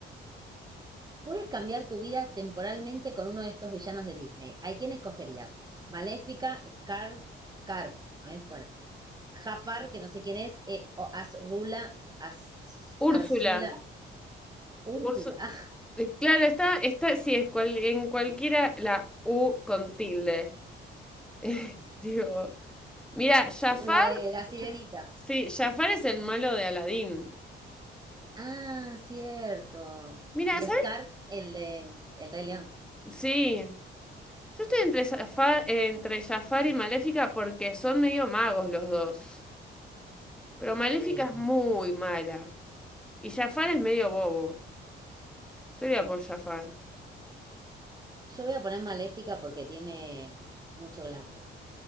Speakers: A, on the right; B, in the centre.
A: Puedes cambiar tu vida temporalmente con uno de estos villanos de Disney. ¿A quién escogerías? Maléfica, Scar, Scarf, ¿no es? Bueno. Jafar, que no sé quién es, eh, o Azrula, Az- Arzula,
B: Úrsula.
A: Úrsula,
B: Úrsu-
A: <laughs> ah,
B: eh, Claro, está, está, sí, es cual- en cualquiera la U con tilde. <laughs> Digo, mira, Jafar,
A: la de la sirenita.
B: sí, Jafar es el malo de Aladín.
A: Ah, cierto.
B: Mira,
A: Y
B: ¿sabes?
A: Scar, el de El Rey León.
B: Sí. Yo estoy entre, Zafa- entre Jafar y Maléfica porque son medio magos los dos. Pero Maléfica
A: Sí.
B: es muy mala. Y Jafar es medio bobo. Yo iría por Jafar.
A: Yo voy a poner Maléfica porque tiene mucho glamour.